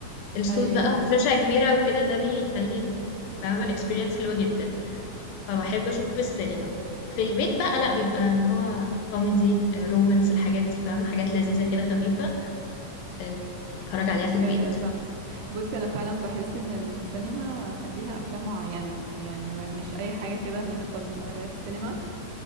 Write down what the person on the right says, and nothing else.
ايوه
صح
ايوه صح بصي انا فعلا بحس ان السينما ليها افلام معينه يعني ما- مش اي حاجه كده ندخل نتفرج عليها في السينما